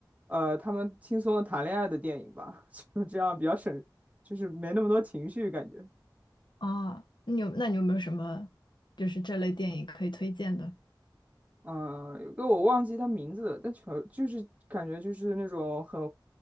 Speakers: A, on the right; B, on the left.
A: 呃，他们轻松的谈恋爱的电影吧，<laughs> 就这样比较省，就是没那么多情绪感觉。
B: 啊，你有，那你有没有什么就是这类电影可以推荐的？
A: 嗯，有个我忘记他名字了，但全就是感觉就是那种很